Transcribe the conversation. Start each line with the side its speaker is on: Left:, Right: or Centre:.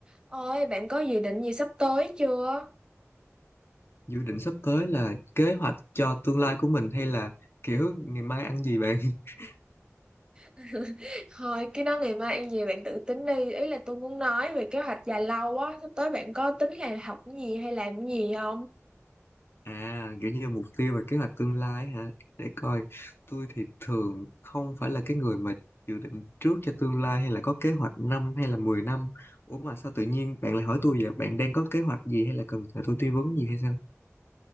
Right: Ôi, bạn có dự định gì sắp tới chưa?
Left: dự định sắp tới là kế hoạch cho tương lai của mình hay là kiểu ngày mai ăn gì bạn <laughs>
Right: <laughs> Thôi, cái đó ngày mai ăn gì bạn tự tính đi. Ý là tôi muốn nói về kế hoạch dài lâu á. Sắp tới bạn có tính là học cái gì hay làm cái gì không?
Left: à kiểu như mục tiêu và kế hoạch tương lai hả để coi tôi thì thường không phải là cái người mà dự định trước cho tương lai hay là có kế hoạch năm hay là 10 năm ủa mà sao tự nhiên bạn lại hỏi tôi vậy bạn đang có kế hoạch gì hay là cần nhờ tôi tư vấn gì hay sao